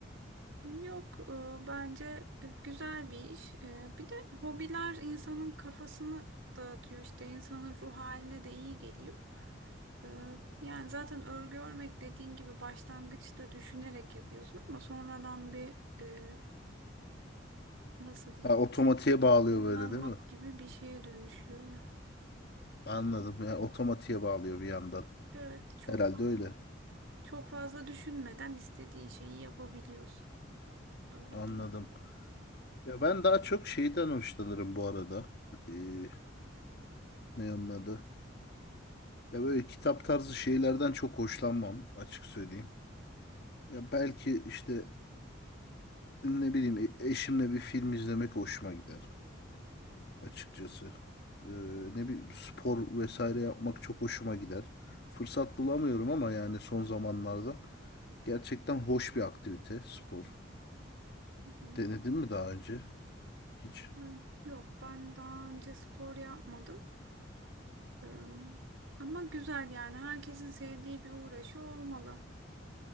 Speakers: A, on the right; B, on the left.
A: Yok e, bence e, güzel bir iş. E, Bir de hobiler insanın kafasını dağıtıyor işte insanın ruh haline de iyi geliyor. E, Yani zaten örgü örmek dediğin gibi başlangıçta düşünerek yapıyorsun ama sonradan bir e, nasıl diyeyim
B: Ha otomatiğe
A: bisiklet
B: bağlıyor
A: kullanmak
B: böyle değil mi?
A: gibi bir şeye dönüşüyor yani.
B: Anladım ya otomatiğe bağlıyor bir yandan.
A: Evet çok
B: Herhalde
A: fazla,
B: öyle.
A: çok fazla düşünmeden istediğin şeyi yapabiliyorsun. Öyle
B: Anladım.
A: diyeyim.
B: Ya ben daha çok şeyden hoşlanırım bu arada. Ee, ne onun adı? Ya böyle kitap tarzı şeylerden çok hoşlanmam açık söyleyeyim. Ya belki işte ne bileyim e- eşimle bir film izlemek hoşuma gider açıkçası. Ee, ne bir spor vesaire yapmak çok hoşuma gider. Fırsat bulamıyorum ama yani son zamanlarda gerçekten hoş bir aktivite spor.
A: Hı hı.
B: Denedin mi daha önce? Hiç.
A: Ay, Yok ben daha önce spor yapmadım. Ee, ama güzel yani herkesin sevdiği bir uğraşı olmalı.